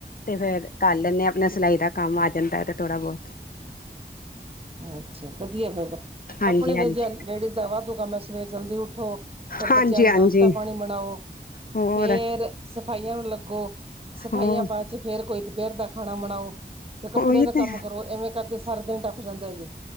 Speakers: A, on the left; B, on the right.
A: ਤੇ ਫੇਰ ਕਲ ਲੈਂਨੇ ਆ ਆਪਣਾ ਸਿਲਾਈ ਦਾ ਕੰਮ ਆ ਜਾਂਦਾ ਏ ਤੇ ਥੋੜ੍ਹਾ ਬੋਤ
B: ਅੱਛਾ ਵਧੀਆ ਫਿਰ
A: ਹਾਂਜੀ
B: ਆਪਣੇ
A: ਹਾਂਜੀ
B: ਤੇ ਜੇ ਲੇਡੀਜ਼ ਦਾ ਵਾਧੂ ਕੰਮ ਏ ਸਵੇਰ ਜਲਦੀ ਉੱਠ ਉੱਠੋ ਫਿਰ
A: ਹਾਂਜੀ
B: ਬੱਚਿਆਂ ਦਾ
A: ਹਾਂਜੀ
B: ਨਾਸ਼ਤਾ ਪਾਨੀ ਬਣਾਓ
A: ਹੋਰ
B: ਫੇਰ ਸਫਾਈਆਂ ਨੂੰ ਲੱਗੋ ਸਫਾਈਆਂ
A: ਹੋਰ
B: ਬਾਦ 'ਚ ਫਿਰ ਕੋਈ ਦੁਪੈਰ ਦਾ ਖਾਣਾ ਬਨਾਓ। ਤੇ ਕੱਪੜਿਆਂ
A: ਉਹੀ
B: ਦਾ
A: ਤੇ
B: ਕੰਮ ਕਰੋ ਇਵੇਂ ਕਰਦੇ ਸਾਰਾ ਦਿਨ ਟੱਪ ਜਾਂਦਾ ਜੀ।